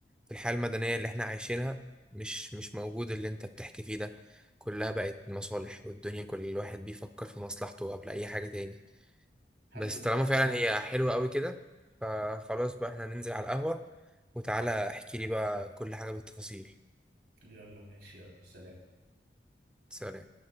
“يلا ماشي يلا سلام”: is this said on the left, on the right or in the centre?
Right